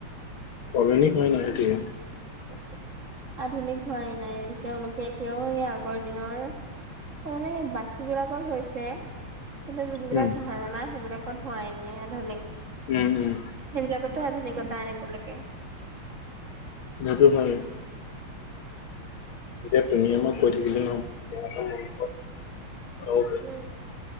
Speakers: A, on the left; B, on the right.
A: আধুনিক হোৱা নাই, এইটোৱে',
B: অ', ঠিক, আধুনিক হোৱাই নাই, তেওঁলোকে এতিয়াও এই আগৰ দিনৰ', তাৰমানে বাকী বিলাকৰ হৈছে', কিন্তু যিবিলাক
A: উম
B: ধাৰণা সেইবিলাকত হোৱাই নাই আধুনিক',
A: উম
B: সেইবিলাকতো
A: উম
B: আধুনিকতা আনিব লাগে',
A: সেইটো নোৱাৰে', এতিয়া তুমিয়ে মই কৈ থাকিলে নহ'ব, বুজাব লাগিব, অহ',
B: উম',